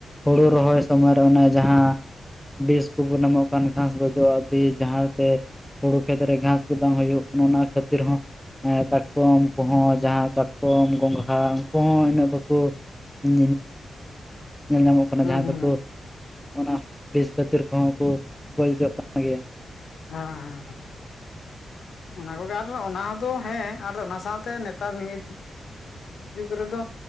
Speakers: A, in the centre; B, on the left.
A: ᱦᱩᱲᱩ ᱨᱚᱦᱚᱭ ᱥᱚᱢᱚᱭ ᱨᱮ ᱚᱱᱮ ᱡᱟᱦᱟᱸ ᱵᱤᱥ ᱠᱚ ᱵᱚᱱ ᱮᱢᱟᱜ ᱠᱟᱱ ᱜᱷᱟᱥ ᱜᱚᱡᱚᱜᱼᱟ ᱵᱤᱥ ᱡᱟᱦᱟᱸ ᱛᱮ ᱦᱩᱲᱩ ᱠᱷᱮᱛ ᱨᱮ ᱜᱷᱟᱥ ᱜᱮ ᱵᱟᱝ ᱦᱩᱭᱩᱜ ᱚᱱᱮ ᱚᱱᱟ ᱠᱷᱟᱹᱛᱤᱨ ᱦᱚᱸ ᱮᱸ ᱠᱟᱴᱠᱚᱢ ᱠᱚᱦᱚᱸ ᱡᱟᱦᱟᱸ ᱠᱟᱴᱠᱚᱢ ᱜᱚᱝᱜᱷᱦᱟ ᱩᱱᱠᱩ ᱦᱚᱸ ᱩᱱᱟᱹᱜ ᱵᱟᱠᱩ <inaudible> ᱧᱮᱞ ᱧᱟᱢᱚᱜ ᱠᱟᱱᱟ
B: ᱦᱩᱸ
A: ᱡᱟᱦᱟᱸ
B: ᱦᱩᱸ
A: ᱫᱚᱠᱩ
B: ᱦᱩᱸ
A: ᱚᱱᱟ ᱵᱤᱥ ᱠᱷᱟᱹᱛᱤᱨ ᱠᱚᱦᱚᱸ ᱠᱩ ᱜᱚᱡᱚᱜ ᱠᱟᱱ ᱜᱮᱭᱟ ᱿
B: ᱦᱟᱸ-ᱦᱟᱸ-ᱦᱟᱸ ᱾ ᱚᱱᱟ ᱠᱚᱜᱮ ᱟᱨᱦᱚ ᱚᱱᱟ ᱫᱚ ᱦᱮᱸ ᱟᱨ ᱚᱱᱟ ᱥᱟᱶᱛᱮ ᱱᱮᱛᱟᱨ ᱱᱤᱭᱟᱹ ᱡᱩᱜᱽ ᱨᱮᱫᱚ